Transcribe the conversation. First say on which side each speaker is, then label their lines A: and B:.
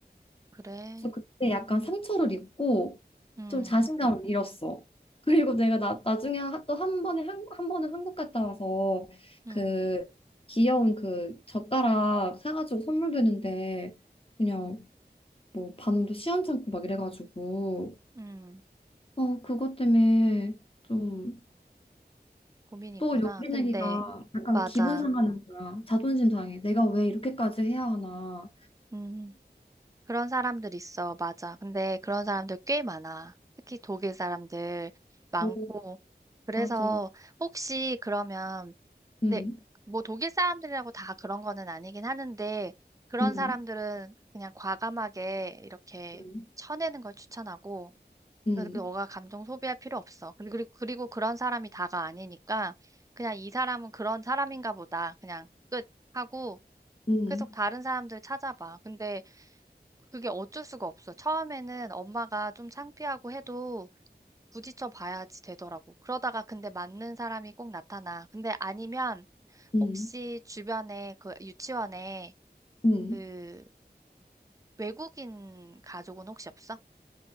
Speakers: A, on the right; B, on the left.
A: 그래.
B: 그래서 그때 약간 상처를 입고
A: 음,
B: 좀 자신감을 잃었어. 그리고 내가 나, 나중에 또 한 번에 한, 한 번은 한국 갔다 와서
A: 음,
B: 그 귀여운 그 젓가락 사가지고 선물도 했는데 그냥 뭐 반응도 시원찮고 막 이래가지고
A: 음.
B: 어 그것 때문에 좀
A: 고민 있구나.
B: 또 용기 내기가
A: 근데,
B: 약간
A: 맞아.
B: 기분 상하는 거야. 자존심 상해. 내가 왜 이렇게까지 해야 하나.
A: 음, 그런 사람들 있어. 맞아. 근데 그런 사람들 꽤 많아. 특히 독일 사람들 많고.
B: 오,
A: 그래서
B: 맞아.
A: 혹시 그러면,
B: 응,
A: 네, 뭐 독일 사람들이라고 다 그런 거는 아니긴 하는데, 그런
B: 응,
A: 사람들은 그냥 과감하게 이렇게
B: 응,
A: 쳐내는 걸 추천하고,
B: 응,
A: 그래서 너가 감정 소비할 필요 없어. 근데 그리고, 그리고 그런 사람이 다가 아니니까 그냥 이 사람은 그런 사람인가 보다. 그냥 끝 하고
B: 응,
A: 계속 다른 사람들 찾아봐. 근데 그게 어쩔 수가 없어. 처음에는 엄마가 좀 창피하고 해도 부딪혀 봐야지 되더라고. 그러다가 근데 맞는 사람이 꼭 나타나. 근데 아니면
B: 응.
A: 혹시 주변에 그 유치원에
B: 음,
A: 그 외국인 가족은 혹시 없어?